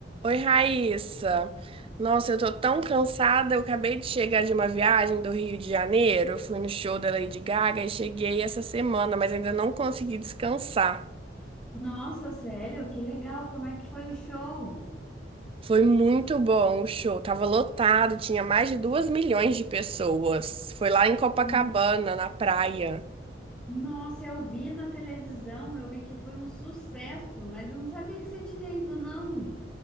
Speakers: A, on the right (about 30°); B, in the centre.
A: Oi, Raíssa. Nossa, eu tô tão cansada. Eu acabei de chegar de uma viagem do Rio de Janeiro. Eu fui no show da Lady Gaga e cheguei essa semana, mas ainda não consegui descansar.
B: Nossa, sério? Que legal! Como é que foi o show?
A: Foi muito bom o show. Tava lotado, tinha mais de duas milhões de pessoas. Foi lá em Copacabana,
B: N-
A: na praia.
B: Nossa, eu vi na televisão, eu vi que foi um sucesso, mas eu não sabia que você tinha ido, não.